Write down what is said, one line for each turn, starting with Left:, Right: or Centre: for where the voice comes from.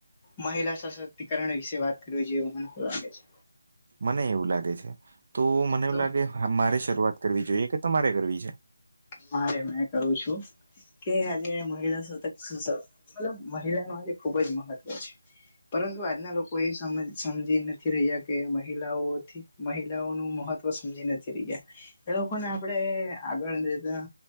Left: મહિલા સશક્તિકરણ વિશે વાત કરવી જોઈએવ મને લાગે છે.
Right: મને એવું લાગે છે તો મને
Left: તો
Right: એવું લાગે મારે શરૂઆત કરવી જોઈએ કે તમારે કરવી છે.
Left: હારે મેં કરું છું. કે આજે મહિલાતક મતલબ મહિલા ન આજે ખુબ જ મહત્વ છે. પરંતુ આજના લોકો એ સમ સમજી નથી રહ્યા કે મહિલાઓથી મહિલાઓનું મહત્વ સમજી નથી રહ્યા એ લોકોને આપડે તા